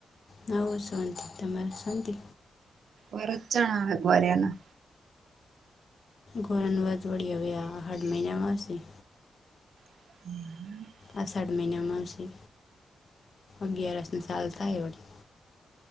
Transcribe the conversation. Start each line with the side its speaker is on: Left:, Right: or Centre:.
Left: હવે શાંતિ તમારે, શાંતિ.
Right: વરચણા બરેના.
Left: ગોરન વજવળી આવ્યા, હર મહિના માંસી.
Right: <unintelligible>
Left: આષાઢ મહિનામાં આવશે, અગિયારસ સાલ થાય વળી.